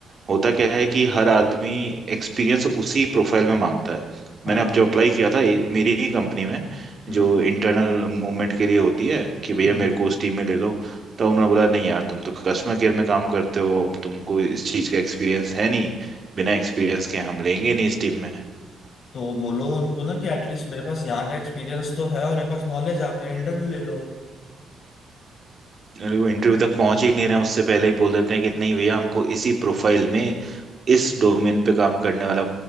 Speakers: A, on the right; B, on the left.
A: होता क्या है कि हर आदमी एक्सपीरियंस उसी प्रोफाइल में मांगता है
B: हाँ
A: मैंने अब जब अप्लाई किया था ये मेरी ही कंपनी में
B: हम्म
A: जो इंटरनल मूवमेंट के लिए होती है कि भैया
B: हम्म
A: मेरे को उस टीम में ले लो तो उन्होंने बोला नहीं यार तुम तो कस्टमर केयर में काम करते हो अब तुमको इस चीज़ का एक्सपीरियंस है नहीं बिना एक्सपीरियंस के हम लेंगे नहीं इस टीम में
B: तो बोलो उनको ना कि एटलीस्ट मेरे पास यहाँ का एक्सपीरियंस तो है और मेरे पास नॉलेज है आप मेरा इंटरव्यू ले लो
A: अरे वो इंटरव्यू तक पहुंच ही नहीं रहे हैं उससे पहले ही बोल देते हैं कि नहीं भैया हमको इसी प्रोफाइल में इस डोमेन पे काम करने वाला